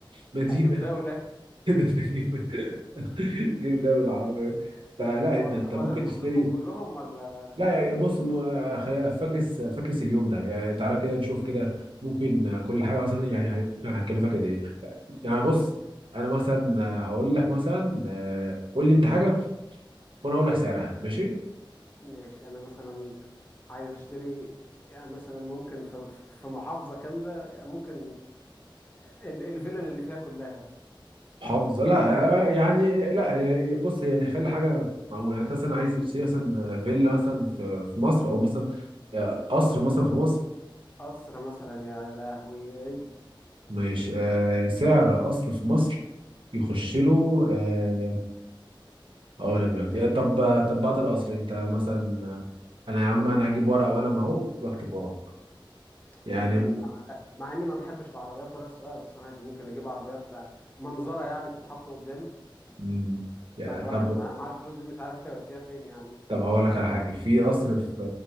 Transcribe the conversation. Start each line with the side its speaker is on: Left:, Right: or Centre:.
Right: مدينه
Left: اجيب دوله
Right: <laughs> ده انت تجيب تجيب دوله عربيه ده لا
Left: هو
Right: انت
Left: هو
Right: انت ممكن
Left: لازم
Right: تشتري
Left: اصرفهم كلهم ولا
Right: لا يعني بص م- خلينا فاكس فاكس اليوم ده يعني تعالى كده نشوف كده ممكن كل حاجه مثلا يعني هي- يعني هتكلفك قد ايه يعني بص انا مثلا هقول لك مثلا آه، قول لي انت حاجه وانا هقول لك سعرها ماشي
Left: ماشي انا مثلا عايز اشتري يعني مثلا ممكن في في محافظة كاملة ممكن ال- الفلل اللي فيها كلها
Right: حافظ لا آه، يعني آه، لا يعني بص يعني خلي حاجه معقوله يعني انت مثلا عايز تشتري مثلا آه، فيلا مثلا في في مصر او مثلا آه، قصر مثلا في مصر
Left: قصر مثلا يا لهوي
Right: ماشي آه، سعر قصر في مصر يخش له آه، اقول لك دلوقتي آه، طب آه، طب بعد القصر انت مثلا آه، انا يا عم انا هجيب ورقه وقلم اهو واكتب وراك يعني
Left: ممكن مع اني ما بحبش العربيات ولا السواقة بس عادي ممكن اجيب عربيات منظرة يعني تتحط قدام
Right: مم، يا-
Left: مع الواحد
Right: طب
Left: مع مع الفلوس دي مش عارف هيوديها فين يعني
Right: طب هقول لك على حاجه في قصر في